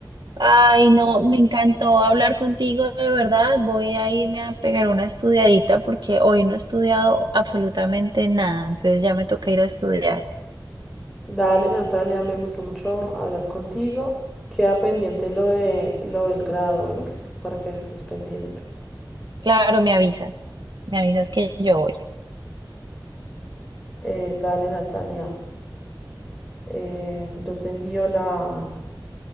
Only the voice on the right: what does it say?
Ay, no, me encantó hablar contigo, de verdad. Voy a irme a pegar una estudiadita porque hoy no he estudiado absolutamente nada, entonces ya me toca ir a estudiar.
Claro, me avisas, me avisas que yo voy.